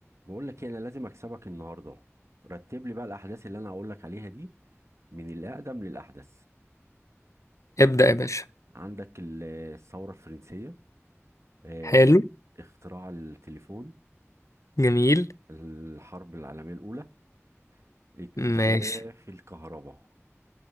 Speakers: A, on the right; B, on the left.
A: بقول لك إيه، انا لازم اكسبك النهارده رتب لي بقى الاحداث اللي انا هقول لك عليها دي من الاقدم للاحدث
B: ابدأ يا باشا
A: عندك ال- الثوره الفرنسيه آه،
B: حلو
A: اختراع التليفون
B: جميل
A: الحرب العالميه الاولى اكتشاف
B: ماشي
A: الكهرباء